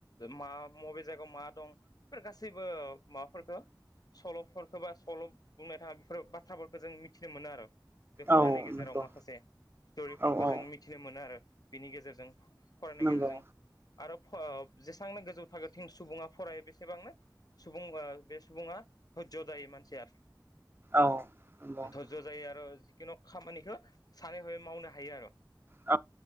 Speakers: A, on the left; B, on the right.
A: मा मबे जायगायाव मा दं बे गासैबो माबाफोरखौ सल'फोरखौ बा सल' बुंनाय थाङा बेफोर बाथ्राफोरखौ जों मिथिनो मोनो आरो। बे
B: औ
A: फरायनाय गेजेराव
B: नंगौ
A: माखासे स्ट'रिफोरखौ
B: औ औ
A: जों मिथिनो मोनो आरो बिनि गेजेरजों। फरायनायनि
B: नंगौ
A: गेजेरजों आरो जेसांनो गोजौ थाखोथिं सुबुङा फरायो बेसे एसेबांनो सुबुं बे सुबुङा धज्य' जायो मानसिया।
B: औ नंगौ औ
A: धरज'
B: औ
A: जायो आरो जिखुनु खामानिखौ सानै हाबै मावनो हायो आरो।
B: औ